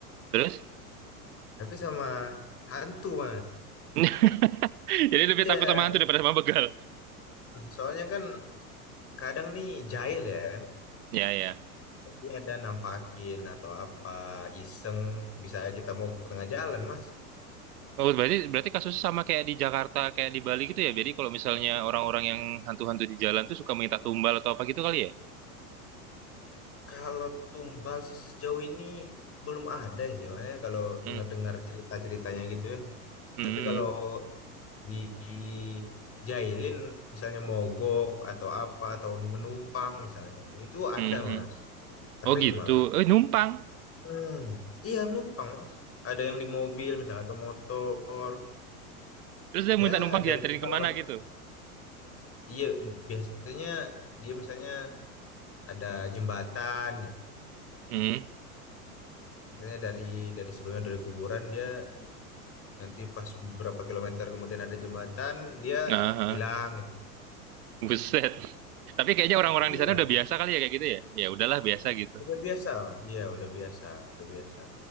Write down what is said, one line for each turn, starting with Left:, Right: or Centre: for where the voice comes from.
Right: terus?
Left: Tapi sama hantu, Mas.
Right: <laughs> Jadi lebih
Left: Iya.
Right: takut sama hantu daripada sama begal.
Left: Soalnya kan kadang nih jahil ya kan.
Right: Ya ya.
Left: Dia ada nampakin atau apa, iseng, bisa kita mogok ke tengah jalan, Mas.
Right: Oh, berarti berarti kasusnya sama kayak di Jakarta, kayak di Bali gitu ya. Jadi kalau misalnya orang-orang yang hantu-hantu di jalan tuh suka minta tumbal atau apa gitu kali ya?
Left: Kalau tumbal sih sejauh ini belum ada sih, Mas. ya, Kalau
Right: Hmm.
Left: dengar-dengar cerita-ceritanya gitu ya.
Right: Hmm.
Left: Tapi kalau di dijailin misalnya mogok atau apa atau menumpang misalnya itu
Right: Hmm.
Left: ada
Right: hmm. hmm.
Left: mas sering
Right: Oh gitu.
Left: malah.
Right: Eh numpang.
Left: Hmm, iya numpang mas. Ada yang di mobil misalnya atau motor.
Right: Terus dia
Left: Ya
Right: minta numpang dianterin
Left: dari pengalaman,
Right: kemana gitu?
Left: iya biasanya dia misalnya ada jembatan, nih.
Right: Hmm.
Left: misalnya dari dari sebelumnya dari kuburan dia nanti pas beberapa kilometer kemudian ada jembatan dia
Right: Nah.
Left: hilang gitu.
Right: Buset. Tapi kayaknya orang-orang
Left: Iya,
Right: di sana udah biasa kali ya kayak gitu ya. Ya udahlah biasa gitu.
Left: udah biasa mas. Iya udah biasa, udah biasa.